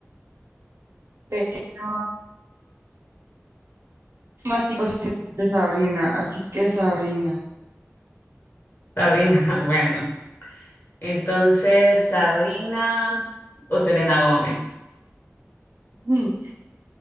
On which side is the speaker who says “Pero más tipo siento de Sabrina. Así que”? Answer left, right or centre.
Right